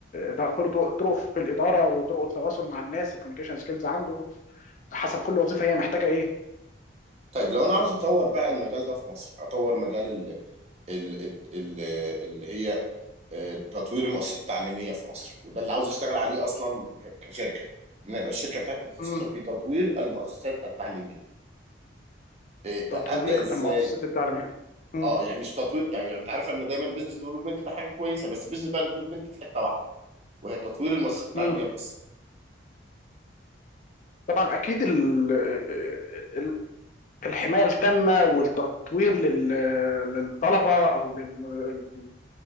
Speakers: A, on the left (about 40°); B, on the right (about 30°).
A: ده طرق طرق في الاداره وطرق التواصل مع الناس الكوميونيكيشن سكيلز عنده حسب كل وظيفه هي محتاجه ايه
B: طيب لو انا عاوز اطور بقى المجال ده في مصر اطور مجال ال ال ال ال- اللي هي آه، تطوير المؤسسات التعليميه في مصر وده اللي عاوز اشتغل عليه اصلا ك- كشركه ان انا يبقى الشركه بتاعتي متخصصه
A: مم.
B: في تطوير المؤسسات التعليميه آه، ابدا
A: تطوير
B: ازاي
A: المؤسسات التعليميه مم.
B: اه يعني مش تطوير يعني, يعني انت عارف ان دايما البيزنس ديفلوبمنت ده حاجه كويسه بس البيزنس بقى ديفلوبمنت في حته واحده وهي تطوير المؤسسات التعليميه
A: مم.
B: بس
A: طبعا اكيد ال- ال- الحمايه التامه والتطوير لل- للطلبه او لل-